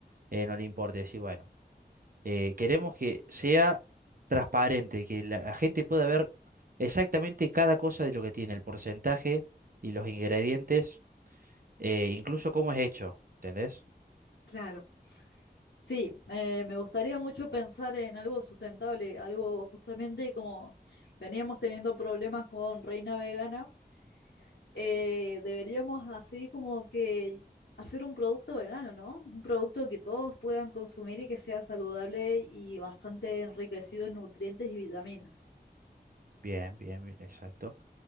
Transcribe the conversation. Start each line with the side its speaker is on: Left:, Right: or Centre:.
Right: eh, no le importe decir, bueno, eh, queremos que sea transparente, que la, la gente pueda ver exactamente cada cosa de lo que tiene, el porcentaje y los ingredientes, eh, incluso cómo es hecho, ¿entendés?
Left: Claro. Sí, eh, me gustaría mucho pensar en algo sustentable, algo justamente como veníamos teniendo problemas con Reina Vegana. eh, deberíamos así como que hacer un producto vegano, ¿no? Un producto que todos puedan consumir y que sea saludable y bastante enriquecido en nutrientes y vitaminas.
Right: Bien, bien, bien, exacto.